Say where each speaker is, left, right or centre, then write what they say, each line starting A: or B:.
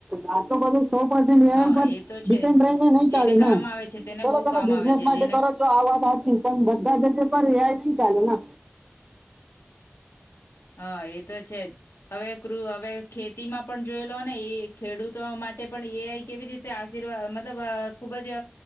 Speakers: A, on the right; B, on the left.
A: <unintelligible> આટલો બધો સો પર્સેન્ટ એઆઈ
B: હા
A: ઉપર
B: એ તો
A: ડિપેન્ડ
B: છે જ
A: રહીને નહી
B: જેને
A: ચાલે
B: કામ
A: ને
B: આવે છે તેને
A: સોલો
B: બહુ
A: તમે
B: કામ
A: બિઝનેસ
B: આવે છે
A: માટે
B: જેને
A: કરો વાત હાચી પણ બધા જ ઓપરેટર એઆઈ થી ચાલે ને.
B: હા એ તો છે જ હવે ક્ર હવે ખેતીમાં પણ જોય લો ને એ ખેડૂતો માટે પણ એઆઈ કેવી રીતે આશીર્વા મતલબ ખુબ જ